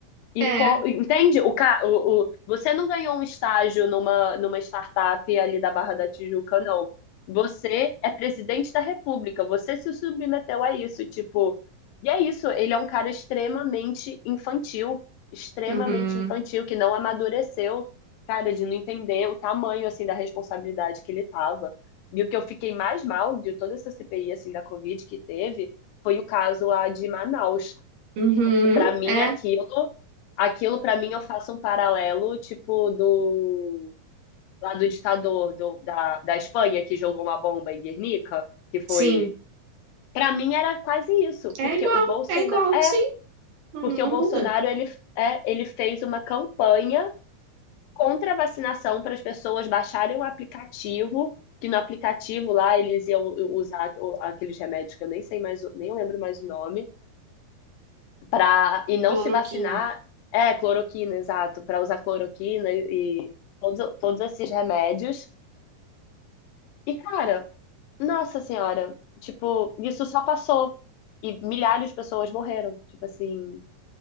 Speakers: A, on the left (about 85°); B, on the right (about 75°).
A: E
B: É,
A: co- entende? O, ca- o, o- você não ganhou um estágio numa, numa startup ali da Barra da Tijuca, não. Você é presidente da República, você se submeteu a isso, tipo. E é isso, ele é um cara extremamente infantil, extremamente
B: uhum,
A: infantil, que não amadureceu, cara, de não entender o tamanho, assim, da responsabilidade que ele tava. E o que eu fiquei mais mal de toda essa CPI, assim, da Covid que teve, foi o caso lá de Manaus
B: uhum,
A: porque pra mim
B: é,
A: aquilo, aquilo pra mim eu faço um paralelo, tipo do lá do ditador do, da, da Espanha que jogou uma bomba em Guernica, que foi,
B: sim,
A: Pra mim era quase isso, porque
B: é igual,
A: o Bolsonaro
B: é igual,
A: é,
B: sim, não,
A: porque
B: não
A: o Bolsonaro
B: muda.
A: ele é, ele fez uma campanha contra a vacinação para as pessoas baixarem o aplicativo, que no aplicativo lá eles iam usar o- aqueles remédios que eu nem sei mais, o- nem lembro mais o nome para e não
B: Cloroquina.
A: se vacinar, é cloroquina, exato, para usar cloroquina e, e todos, todos esses remédios. E, cara, nossa senhora, tipo, isso só passou e milhares de pessoas morreram, tipo assim,